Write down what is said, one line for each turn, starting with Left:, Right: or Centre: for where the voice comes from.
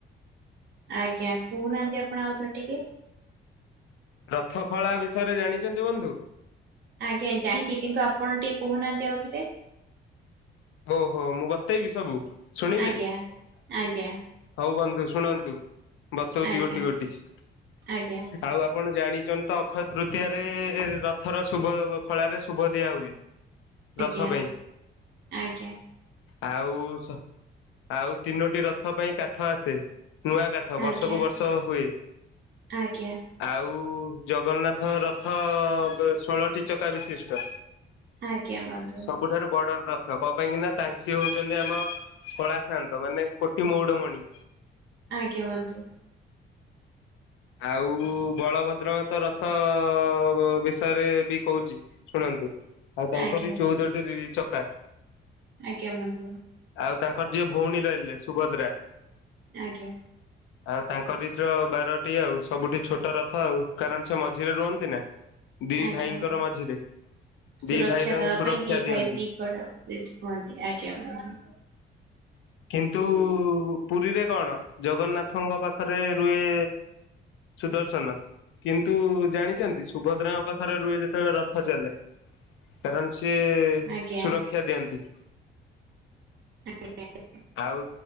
Right: ଆଜ୍ଞା, କହୁନାହାନ୍ତି ଆପଣ ଆଉ ଥରେ ଟିକେ?
Left: ରଥ ଖଳା ବିଷୟରେ ଜାଣିଚନ୍ତି ବନ୍ଧୁ?
Right: ଆଜ୍ଞା, ଜାଣିଚି କିନ୍ତୁ ଆପଣ ଟିକେ କହୁନାହାନ୍ତି ଆଉ ଥରେ?
Left: ଓହୋ, ମୁଁ ବତେଇବି ସବୁ, ଶୁଣିବେ?
Right: ଆଜ୍ଞା ଆଜ୍ଞା
Left: ହଉ ବନ୍ଧୁ ଶୁଣନ୍ତୁ, ବତଉଚି
Right: ଆଜ୍ଞା
Left: ଗୋଟି ଗୋଟି, ଆଉ
Right: ଆଜ୍ଞା
Left: ଆପ୍ ଆପଣ ଜାଣିଚନ୍ତି ତ, ଅକ୍ଷୟ ତୃତୀୟରେ, ରଥର ଶୁଭ ଖଳାରେ, ଶୁଭ ଦିଆ ହୁଏ। ରଥ
Right: ଆଜ୍ଞା,
Left: ପାଇଁ
Right: ଆଜ୍ଞା।
Left: ଆଉ, ସ ଆଉ ତିନୋଟି ରଥ ପାଇଁ କାଠ ଆସେ ନୂଆ କା ଠ
Right: ଆଜ୍ଞା
Left: ବର୍ଷକୁୁ ବର୍ଷ ହୁଏ।
Right: ଆଜ୍ଞା।
Left: ଆଉ ଜଗନ୍ନାଥ ରଥ ଷୋଳଟି ଚକା ବିଶିଷ୍ଟ।
Right: ଆଜ୍ଞା ବନ୍ଧୁ
Left: ସବୁଠାରୁ ବଡର ର ତ କ ପାଇଁକି ନା ତାଙ୍କ୍ ସେ ହଉଚନ୍ତି ଆମ କଳା ସାଆନ୍ତ, ମାନେ କୋଟି ମଉଡମଣି।
Right: ଆଜ୍ଞା ବନ୍ଧୁ।
Left: ଆଉ ବଳଭଦ୍ରଙ୍କର ତ ରଥ ବିଷୟରେ ବି କହୁଚି ଶୁଣନ୍ତୁ, ଆଉ ତାଙ୍କରି
Right: ଆଜ୍ଞା
Left: ଚଉଦଟି ରି ଚକା।
Right: ଆଜ୍ଞା ବନ୍ଧୁ
Left: ଆଉ ତାଙ୍କର ଯିଏ ଭଉଣୀ ରହିଲେ, ସୁଭଦ୍ରା
Right: ଆଜ୍ଞା।
Left: ଆଉ ତାଙ୍କରିତ ବାର ଟି ଆଉ, ସବୁଠି ଛୋଟ ରଥ ଆଉ, କାରଣ ସେ ମଝିରେ ରୁହନ୍ତି ନା? ଦିଇ
Right: ଆଜ୍ଞା।
Left: ଭାଇଙ୍କର ମଝିରେ,
Right: ସୁରକ୍ଷା
Left: ଦି ଭାଇ ତାଙ୍କୁ
Right: ଦବା
Left: ସୁରକ୍ଷା
Right: ପାଇଁ ଦି
Left: ଦିଅନ୍ତି।
Right: <unintelligible> ଆଜ୍ଞା ବନ୍ଧୁ।
Left: କିନ୍ତୁ ପୁରୀରେ କଣ, ଜଗନ୍ନାଥଙ୍କ ପାଖରେ ରୁହେ ସୁଦର୍ଶନ। କିନ୍ତୁ ଜାଣିଛନ୍ତି ସୁଭଦ୍ରାଙ୍କ ପାଖରେ ରୁହେ ଯେତେବେଳେ ରଥ ଚାଲେ। କାରଣ ସିଏ
Right: ଆଜ୍ଞା
Left: ସୁରକ୍ଷା ଦିଅନ୍ତି।
Right: ଆଜ୍ଞା <unintelligible>
Left: ଆଉ